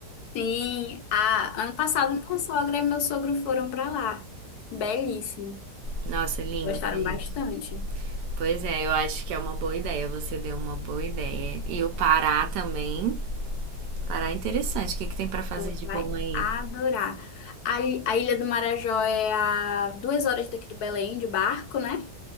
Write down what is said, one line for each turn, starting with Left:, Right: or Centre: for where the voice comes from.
Left: Sim, a, ano passado minha sogra e meu sogro foram pra lá. Belíssimo.
Right: Nossa, lindo,
Left: Gostaram
Right: gente.
Left: bastante.
Right: Pois é, eu acho que é uma boa ideia. Você deu uma boa ideia. E o Pará também. Pará é interessante. O que que tem pra fazer
Left: Tu
Right: de
Left: vai
Right: bom aí?
Left: adorar. A, i- a Ilha do Marajó é a duas horas daqui de Belém, de barco, né?